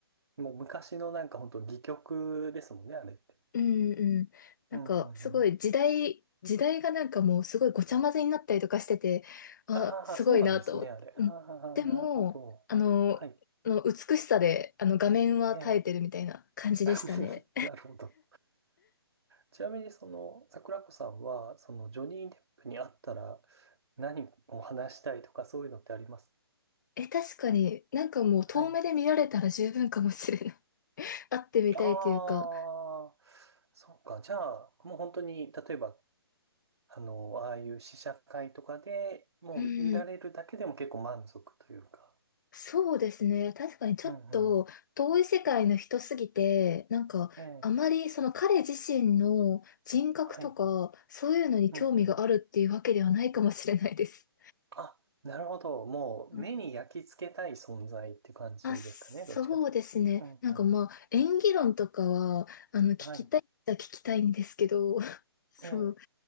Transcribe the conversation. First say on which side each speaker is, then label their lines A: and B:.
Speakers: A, on the right (about 80°); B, on the left (about 45°).
A: ん。もう昔のなんか本当戯曲ですもんね、あれって。
B: うんうん。なんか、
A: うんうんうん。
B: すごい時代、時代がなんかもうすごいごちゃ混ぜになったりとかしてて、あ、
A: ああ、
B: すごいなと思って。
A: そうなんですね、あれ。
B: うん。
A: ああ、
B: でも、
A: なるほど。
B: あの、
A: はい。
B: あの美しさで、あの、画面は耐えてるみたいな感じでしたね。
A: ええ <laughs> なるほど。ちなみにその、桜子さんは、そのジョニー・デップに会ったら何を話したいとかそういうのってあります
B: え、確かになんかもう遠目で見られたら十分かもしれない。
A: はい。
B: 会ってみたいというか、
A: ああ、そうか。じゃあ、もう本当に、例えばあの、ああいう試写会とかでもう見られるだけでも結構満足というか。
B: うん、そうですね。確かにちょっと遠い世界の人すぎて、
A: うんう
B: なんかあまりその彼自身の人格とか、
A: ん。ええ。はい。
B: そういうのに興味があるっていうわけではないかもしれないです。
A: うんうん。あ、なるほど。もう目に焼き付けたい存在って感じですかね。
B: うんあ、そうですね。
A: どっちかというと。うんうん。
B: なんかまあ、演技論とかは、あの、聞きたいっちゃ聞きたいんですけど、
A: はい。
B: <laughs> そう
A: ええ。